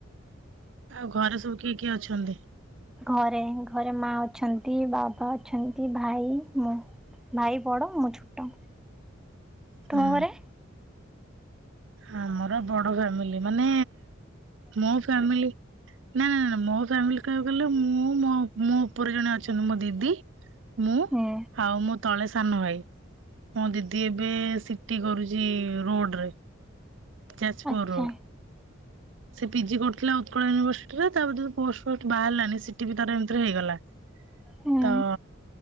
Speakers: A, on the right; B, in the centre.
A: ଆଉ ଘରେ ସବୁ କିଏ କିଏ ଅଛନ୍ତି?
B: ଘରେ ଘରେ ମାଆ ଅଛନ୍ତି ବାବା ଅଛନ୍ତି ଭାଇ ମୁଁ। ଭାଇ ବଡ ମୁଁ ଛୋଟ ତୁମ
A: ହୁଁ
B: ଘରେ?
A: ଆମର ବଡ ଫ୍ୟାମିଲି ମାନେ ମୋ ଫ୍ୟାମିଲି ନାଁ ନାଁ ନାଁ ନାଁ ମୋ ଫ୍ୟାମିଲ କହିବାକୁ ଗଲେ ମୁଁ ମୋ ମୋ ଉପରେ ଜଣେ ଅଛନ୍ତି ମୋ ଦିଦି ମୁଁ
B: ହୁଁ
A: ଆଉ ମୋ ତଳେ ସାନ ଭାଇ ମୋ ଦିଦି ଏବେ ସି ଟି କରୁଛି ରୋଡ୍ ରେ। ଯାଜପୁର
B: ଆଚ୍ଛା
A: ରୋଡ୍। ସେ ପି ଜି କରୁଥିଲା ଉତ୍କଳ ୟୁନିଭର୍ସିଟିରେ ତାପରେ ପୋଷ୍ଟ୍ ଫୋଷ୍ଟ୍ ବାହାରିଲାନି ସି ଟି ବି ତାର ଏମିତିରେ ହେଇଗଲା।
B: ହୁଁ
A: ତ